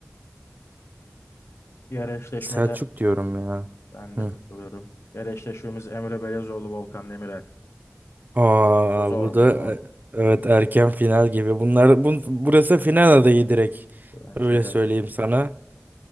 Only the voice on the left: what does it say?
diğer eşleşmede
ben
de katılıyorum. Diğer eşleşmemiz Emre Belezoğlu Volkan Demirel.
Bu zor,
bu zor.
Bence
de.